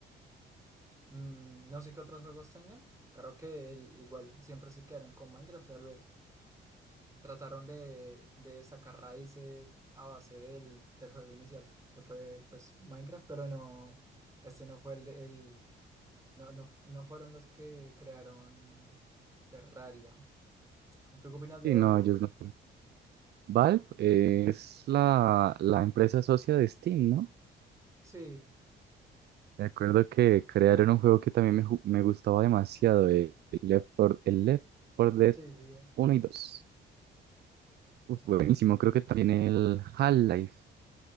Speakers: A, on the right; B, on the right.
A: Mm, no sé qué otros juegos tengan. Creo que el- igual siempre se quedaron con Minecraft. Tal vez trataron de, de sacar raíces a base del, del juego inicial, que fue pues Minecraft, pero no, este no fue el, el- no, no, f- no fueron los que crearon Terraria. ¿Tú qué opinas
B: Sí,
A: de Valve?
B: no, ellos no. Valve eh, es la, la empresa socia de Steam, ¿no?
A: Sí,
B: Me acuerdo que crearon un juego que también me, ju- me gustaba demasiado, eh, el Left 4, el Left 4 Dead
A: sí, sí, sí.
B: uno y dos, Uf, buenísimo, creo que también el Half-Life